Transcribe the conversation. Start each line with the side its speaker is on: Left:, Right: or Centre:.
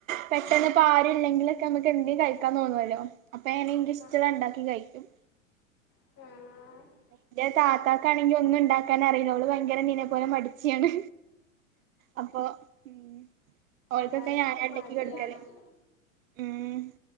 Right: പെട്ടെന്ന് ഇപ്പോ ആരും ഇല്ലെങ്കിലൊക്കെ നമുക്ക് എന്തെ കഴി - നിക്കാൻ തോന്നുവല്ലോ അപ്പൊ എനിക്ക് ഇഷ്ട്ടം
Left: ആഹ്
Right: ഉള്ളത് ഉണ്ടാക്കി കഴിക്കും
Left: ആഹാ
Right: എന്റെ താത്താക്കാണെങ്കി ഒന്നും ഉണ്ടാക്കാൻ അറിയില്ല അവള് ഭയങ്കര നിന്നെ പോലെ മടിച്ചിയാണ് അപ്പൊ ഉം ഓൾക്കൊക്കെ
Left: എല്ലാരിക്കും
Right: ഞാനാ
Left: ഇപ്പം
Right: ഇണ്ടാക്കി
Left: മടിയണല്ലോ
Right: കൊടുക്കല് ഉം